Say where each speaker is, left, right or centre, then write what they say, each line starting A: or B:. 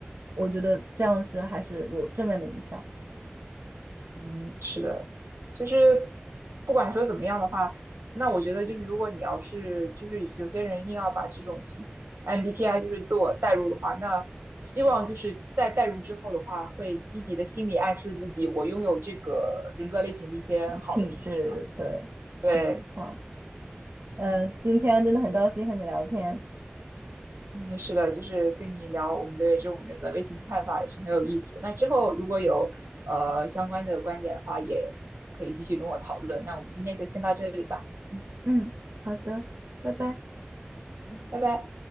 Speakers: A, on the right; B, on the right.
A: 我觉得这样是还是有正面的影响，
B: 嗯，是的，就是不管说怎么样的话，那我觉得就是如果你要是就是有些人硬要把这种心 MBTI 就是自我代入的话，那希望就是在代入之后的话，会积极的心理暗示自己，我拥有这个人格类型的一些好的品质吧。
A: 品质，对，
B: 对，
A: 嗯，好，呃，
B: 嗯。
A: 今天真的很高兴和你聊天。
B: 嗯，是的，就是跟你聊我们对这种人格类型的看法也是很有意思那之后如果有呃相关的观点的话，也可以继续跟我讨论。那我们今天就先到这里吧，嗯，
A: 嗯，好的，拜拜。
B: 拜拜。